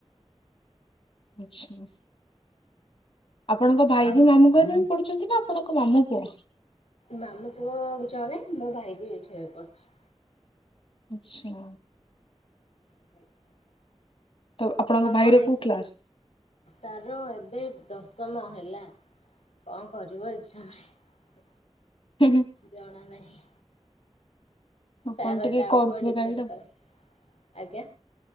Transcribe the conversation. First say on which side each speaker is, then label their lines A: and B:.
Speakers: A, on the left (about 55°); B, on the left (about 80°).
A: ଆଚ୍ଛା। ଆପଣଙ୍କ ଭାଇ
B: ଆଉ
A: ବି ମାମୁଁ ଘରେ ରହିକି ପଢ଼ୁଛନ୍ତି ନା ଆପଣଙ୍କ ମାମୁଁ ପୁଅ?
B: ମାମୁଁ ପୁଅ ଜଣେ ମୋ ଭାଇ ବି ଏଇଠିରେ ପଢ଼ୁଛି।
A: ଆଚ୍ଛା।
B: <unintelligible>
A: ତ ଆପଣଙ୍କ
B: ହ ଆପଣ
A: ଭାଇର
B: ଏ
A: କୋଉ କ୍ଲାସ
B: ତାର ଏବେ ଦଶମ ହେଲା। କଣ କରିବ ଏକ୍ଜାମରେ?
A: ହୁଁ ହୁଁ।
B: ଜଣା ନାହିଁ।
A: ଆପଣ
B: ତାର
A: ଟିକେ
B: ତା
A: କରୁଥିବେ
B: ଉପରେ ଡିପେଣ୍ଡ
A: ଗାଇଡ଼ ଆଉ।
B: କରେ। ଆଜ୍ଞା